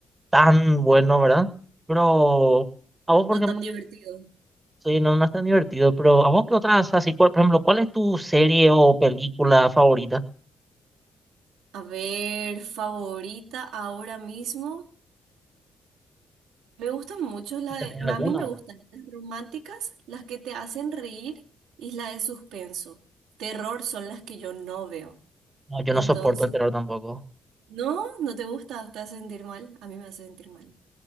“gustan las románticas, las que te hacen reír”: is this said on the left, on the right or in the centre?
Right